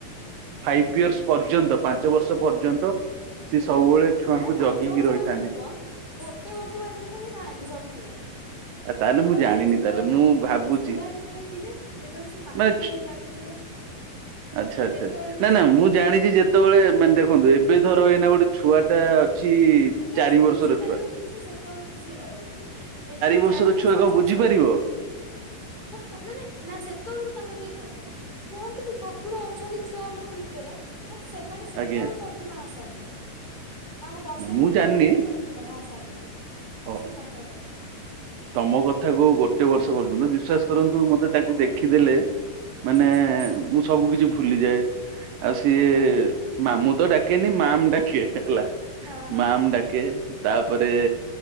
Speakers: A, on the right; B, on the left.
A: ଫାଇଭ ଇୟର୍ସ ପର୍ଯ୍ୟନ୍ତ ପାଞ୍ଚ ବର୍ଷ ପର୍ଯ୍ୟନ୍ତ ସିଏ
B: ହୁଁ
A: ସବୁବେଳେ
B: ହୁଁ
A: ଛୁଆଙ୍କୁ
B: ନାଇ ପାଞ୍ଚ
A: ଜଗିକି
B: ବର୍ଷ
A: ରହିଥାନ୍ତି।
B: ପର୍ଯ୍ୟନ୍ତ ନୁହଁ ଗୋଟେ ବର୍ଷ ପର୍ଯ୍ୟନ୍ତ ହିଁ ଥାଆନ୍ତି ଷଠି ମା।
A: ଆଉ ତାହେଲେ
B: ଯେତବେଳେ
A: ମୁଁ ଜାଣିନି
B: ସେ ଛୁଆ
A: ତାହେଲେ
B: ଥାଆନ୍ତି
A: ମୁଁ ଭାବୁଛି
B: ଛୁଆ ଯେତବଳେ ଥିବେ ଯେତବଳେ ସେ ପାଟି
A: ମାନେ
B: ଖୋଲି ପାରୁନଥିବେ।
A: ଆଚ୍ଛା ଆଚ୍ଛା,
B: ସେତେବେଳ ଯାଏଁ
A: ନା ନା
B: ଷଠି
A: ମୁଁ
B: ବସେଇବେ
A: ଜାଣିଚି ଯେ ଯେତବଳେ ମାନେ ଦେଖନ୍ତୁ ଏବେ ଧର ଏଇନା ଗୋଟେ ଛୁଆ ଟା ଅଛି
B: ଯେତବଳେ
A: ଚାରି
B: ସେ
A: ବର୍ଷର
B: ବୁଝିପାରିବ
A: ଛୁଆ
B: କିଛି ସେତବଳୁକୁ ସେ ରହିବେନି ଏବେ
A: ବର୍ଷର
B: ଚାରି ମାସ
A: ଛୁଆ କଣ
B: ପାଞ୍ଚ
A: ବୁଝିପାରିବ
B: ମାସ ହେଲା ହଁ ମାନେ ନା ସେତବଳୁକୁ ତାଙ୍କ ଦେହେରେ ନଥାନ୍ତି। କୁହନ୍ତି କି ଠାକୁର ଅଛନ୍ତି ଛୁଆ ମାନଙ୍କ ଭିତରେ। ବଟ ସେମାନେ ସେତଵଳୁକୁ
A: ଆଜ୍ଞା
B: ଷଠି ମା ଆସନ୍ତିନି। ତାଙ୍କୁ ବର୍ଷେ
A: ନା, ମୁଁ
B: ପୁୁରିଲା
A: ଜାଣିନି
B: ପରେ ତ ସେ ନାଇଁ ଅଶାନ୍ତିନି
A: ଅ-
B: ସିଏ ତାଙ୍କର ତ
A: ତମ କଥା କୁ ଗୋଟେ ବର୍ଷ ପର୍ଯ୍ୟନ୍ତ ବିଶ୍ଵାସ କରନ୍ତୁ ମତେ ତାକୁ ଦେଖିଦେଲେ ମାନେ
B: ହୁଁ
A: ମୁଁ ସବୁ କିଛି ଭୁଲିଯାଏ ଆଉ ସିଏ
B: ହୁଁ ହୁଁ
A: ମାମୁ ତ ଡାକେନି ମାମ୍ ଡାକେ ହେଲା
B: ହଁ ହଁ
A: ମାମ୍ ଡାକେ। କେ ତାପରେ